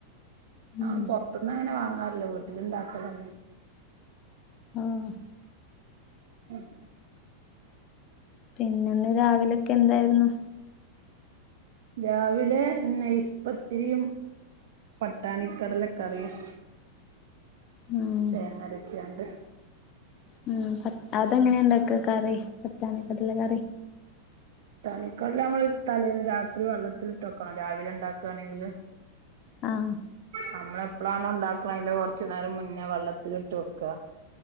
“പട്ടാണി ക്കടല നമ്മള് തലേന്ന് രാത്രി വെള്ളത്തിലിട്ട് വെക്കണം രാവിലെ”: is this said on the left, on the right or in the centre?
Right